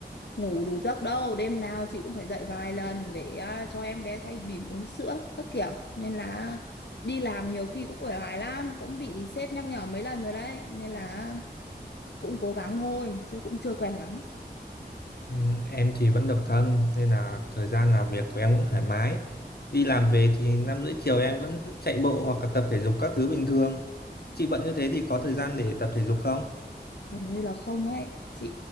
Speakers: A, on the left; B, on the left.
A: ngủ đủ giấc đâu đêm nào chị cũng phải dậy vài lần để à, cho em bé thay bỉm uống sữa các kiểu nên là đi làm nhiều khi cũng uể oải lắm cũng bị sếp nhắc nhở mấy lần rồi đấy nên là cũng cố gắng thôi chứ cũng chưa quen lắm
B: Ừm, Em thì vẫn độc thân nên là thời gian làm việc của em cũng thoải mái. Đi làm về thì năm rưỡi chiều em vẫn chạy bộ hoặc là tập thể dục các thứ bình thường. Chị bận như thế thì có thời gian để tập thể dục không?
A: Gần như là không ấy Chị